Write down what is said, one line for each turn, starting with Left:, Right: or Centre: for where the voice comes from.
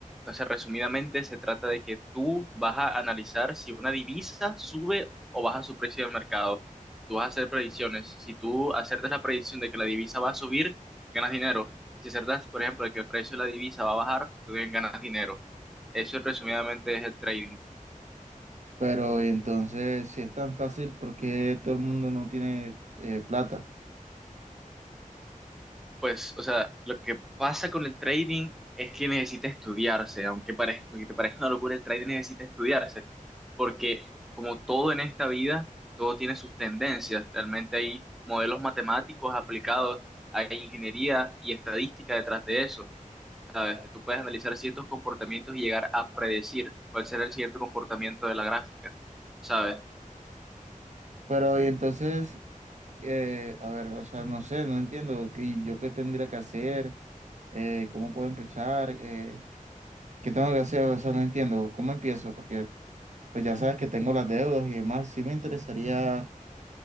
Centre: o sea, resumidamente se trata de que tú vas a analizar si una divisa sube o baja su precio de mercado. Tú vas a hacer predicciones. Si tú acertas la predicción de que la divisa va a subir, ganas dinero. Y si acertas, por ejemplo, de que el precio de la divisa va a bajar, tú también ganas dinero. Eso resumidamente es el trading.
Right: Pero, y entonces, si es tan fácil, ¿por qué todo el mundo no tiene eh, plata?
Centre: Pues, o sea, lo que pasa con el trading es que necesita estudiarse, aunque parez- aunque te parezca una locura, el trading necesita estudiarse, porque como todo en esta vida, todo tiene sus tendencias. Realmente hay modelos matemáticos aplicados, hay ingeniería y estadística detrás de eso. Es que tú puedes analizar ciertos comportamientos y llegar a predecir cuál será el cierto comportamiento de la gráfica, ¿sabes?
Right: Pero, y entonces, eh, a ver, o sea, no sé, no entiendo qué, yo qué tendría que hacer, eh, cómo puedo empezar, eh, qué tengo que hacer, o sea, no entiendo cómo empiezo, porque pues ya sabes que tengo las deudas y demás, sí me interesaría